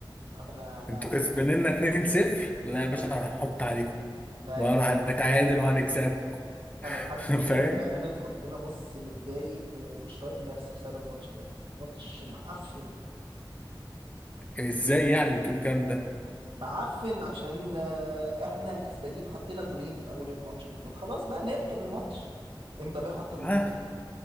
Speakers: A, on the right (about 90°); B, on the left (about 20°).
A: مش عارف انا انا
B: انتوا كسبانين 2-0 لا يا باشا هنحط عليكم
A: انا
B: بقى
A: يعني،
B: هنتعادل وهنكسبكم
A: انا لحد
B: <laughs>
A: دلوقتي
B: فاهم
A: بأمانة ربنا بص متضايق ومش طايق نفسي بسبب الماتش ده ماتش معفن
B: ازاي يعني بتقول الكلام ده
A: معفن عشان آه، احنا كسبانين حطينا جونين في اول الماتش المفروض خلاص بقى نركب الماتش امبابي حط جونين
B: اه